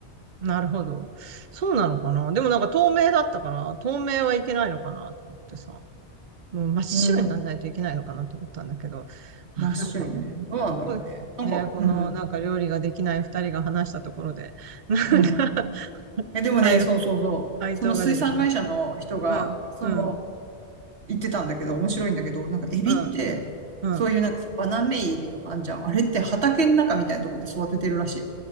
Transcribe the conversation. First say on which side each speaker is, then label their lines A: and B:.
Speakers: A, on the right (about 50°); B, on the right (about 70°).
A: なるほど。そうなのかなでもなんか透明だったから、透明はいけないのかなと思ってさ。もう真っ白にならないといけないのかなと思ったんだけど、
B: うん、
A: わ
B: 真っ白ね。
A: かんないね。
B: どうなんだろうね。
A: ここね、
B: なんか、
A: このなんか料理ができない二人が話したところで、
B: うん、
A: なんか、
B: うん。え、でもね、
A: 回
B: そうそうそう。
A: 回答が出てこない。
B: その水産会社の人が、
A: うん、
B: その、
A: うん、
B: 言ってたんだけど、面白いんだけど、なんかエビって、
A: うん、うん。
B: そういうなんかさ、バナメイエビとかあんじゃん。あれって畑の中みたいなとこで育ててるらしいよ。